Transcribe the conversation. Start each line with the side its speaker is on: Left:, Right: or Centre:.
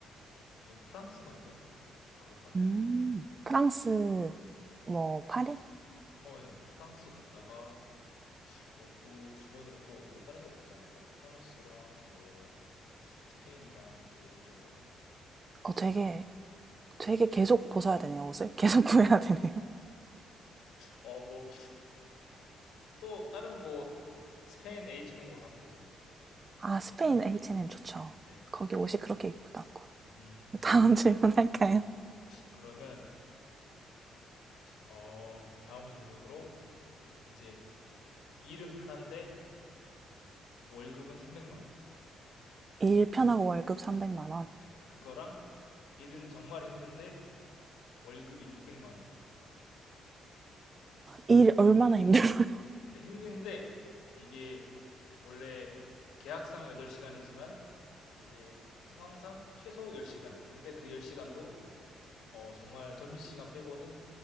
Left: 우선 프랑스 먼저 가볼 것 같은데요.
Right: 음, 프랑스, 뭐, 파리?
Left: 어, 예. 프랑스 갔다가 뭐 그 주변으로 또 뭐 다른 데로 가지 않을까요? 프랑스랑 뭐 스페인이랑 뭐 이런 쪽으로.
Right: 어, 되게, 되게 계속 벗어야 되네요, 옷을. <laughs> 계속 구해야 되네요.
Left: 어, 뭐 또 다른 뭐 스페인 h m 으로 가면 되죠, 뭐.
Right: 아, 스페인 H&M 좋죠.
Left: 네.
Right: 거기 옷이 그렇게 이쁘다고.
Left: 음,
Right: 다음 질문 할까요?
Left: 그러면 어, 다음 질문으로 이제 일은 편한데 월급은 300만 원.
Right: 일 편하고 월급 300만 원.
Left: 네, 그거랑 일은 정말 힘든데 월급이 600만 원.
Right: 일 얼마나 힘들어요?
Left: 근데 힘든데 이게 원래 계약상 8시간이지만 이제 상황상 최소 10시간. 근데 그 10시간도 정말 점심시간 빼고는